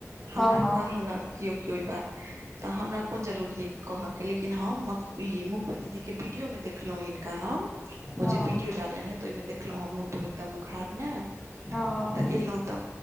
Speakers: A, on the right; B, in the centre.
A: हमरा
B: हँ हँ
A: कहलक कियो कियो इ बात तऽ हमरा कोन जरूरी कहय के लेकिन हम ई मुकुल दीदी के वीडियो मे देख देखलहु हिनका हम ओ
B: हँ
A: जे वीडियो डालने रहै तऽ ओहिमे देखलहुं हम मुँह तू एकदम उघाड़ने
B: हँ
A: तऽ एलहुँ तऽ